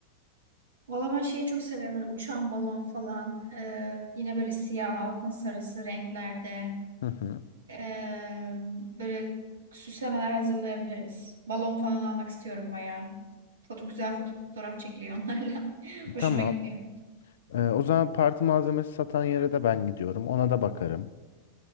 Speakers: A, on the right (about 70°); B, on the left (about 60°).
A: Valla ben şeyi çok seviyorum. Böyle uçan balon falan. Ee, yine böyle siyah, altın sarısı renklerde.
B: Hı hı.
A: Ee, böyle süslemeler hazırlayabiliriz. Balon falan almak istiyorum bayağı. Foto, güzel fotoğraf çekiliyor onlarla. <laughs> Hoşuma
B: Tamam.
A: gidiyor.
B: Ee, o zaman parti malzemesi satan yere de ben gidiyorum. Ona da bakarım.